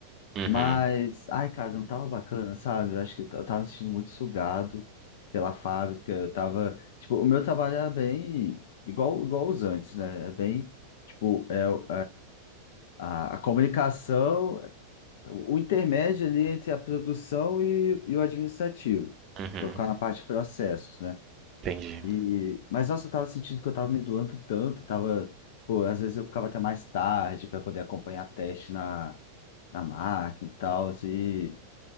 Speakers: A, on the right; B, on the left.
A: uhum,
B: Mas, ai, cara, não tava bacana, sabe? Eu acho que eu t- eu tava me sentindo muito sugado pela fábrica. Eu tava, tipo, o meu trabalho era bem igual, igual os antes, né? É bem, tipo, é, o- a, a comunicação. O o intermédio ali entre a produção e, e o administrativo,
A: uhum.
B: que vai ficar na parte de processos, né?
A: Entendi.
B: E, mas nossa, eu tava sentindo que eu tava me doando tanto, tava, pô, às vezes eu ficava até mais tarde para poder acompanhar teste na, na máquina e tal, e,